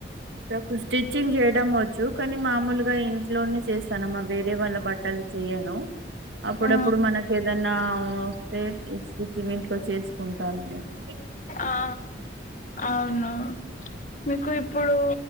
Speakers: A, on the right; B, on the left.
A: నాకు స్టిచ్చింగ్ చేయడం వచ్చు కానీ మామూలుగా ఇంట్లోనే చేస్ తనమ్మ వేరే వాళ్ళ బట్టలు చెయ్యను అప్పుడప్పుడు
B: ఆ
A: మనకి ఏదన్నా వస్తే స్టిచ్చింగ్ ఇంట్లో చేసి కుంటాను నేను
B: ఆ అవును మీకు ఇప్పుడు